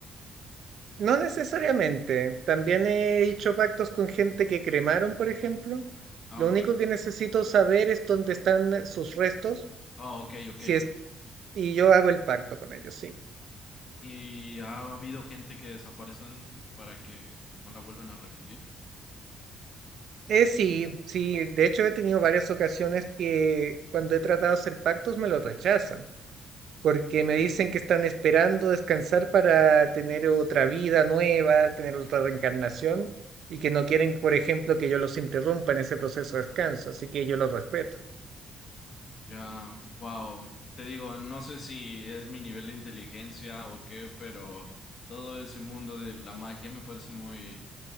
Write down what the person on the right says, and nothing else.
No necesariamente. También he hecho pactos con gente que cremaron, por ejemplo.
Lo
único que necesito saber es dónde están eh, sus restos,
si es, y yo hago el pacto con ellos, sí.
Eh, sí, sí, de hecho he tenido varias ocasiones que cuando he tratado de hacer pactos me los rechazan, porque me dicen que están esperando descansar para tener otra vida nueva, tener otra reencarnación, y que no quieren, por ejemplo, que yo los interrumpa en ese proceso de descanso, así que yo los respeto.